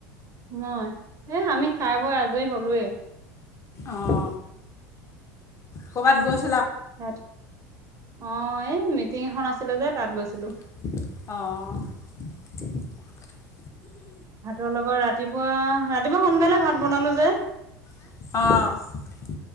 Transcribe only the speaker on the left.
অ কৰ'বাত গৈছা
অ'।
অ'।